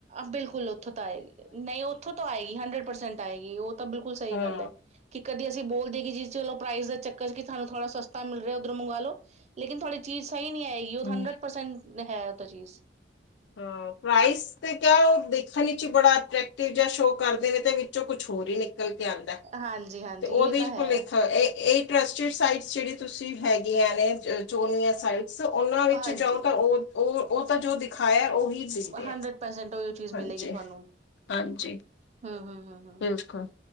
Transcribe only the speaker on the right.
ਬਿਲਕੁਲ ਉੱਥੋਂ ਤਾਂ ਆਏਗੀ ਨਹੀਂ ਉੱਥੋਂ ਤੋਂ ਆਏਗੀ ਹੰਡਰਡ ਪਰਸੈਂਟ ਆਏਗੀ ਤਾਂ ਬਿਲਕੁਲ ਸਹੀ
ਗੱਲ ਐ ਕਿ ਕਦੀ ਅਸੀਂ ਬੋਲਦੇ ਹ ਕਿ ਜੀ ਚਲੋ ਪ੍ਰਾਈਜ਼ ਦਾ ਚੱਕਰ ਚ ਤੁਾਨੂੰ ਥੋੜਾ ਸਤਾ ਮਿਲ ਰਿਹਾ ਉੱਧਰ ਮੰਗਵਾ ਲ ਲੋ ਲੇਕਿਨ ਥੋੜੀ ਚੀਜ ਸਹੀ ਨਹੀਂ ਆਏਗੀ ਉਹ
ਹੰਡਰਡ ਪਰਸੈਂਟ ਹੈ ਉਹ ਤਾਂ ਚੀਜ਼
ਹਾਂਜੀ ਹਾਂਜੀ
ਇਹ ਤਾਂ ਹੈ
ਹਾਂਜੀ
ਹੰਡਰਡ
ਪਰਸੈਂਟ ਉਹ ਚੀਜ਼ ਮਿਲੇਗੀ
ਤੁਹਾਨੂੰ <unintelligible>
ਹੂੰ ਹੂੰ ਹੂੰ ਹੂੰ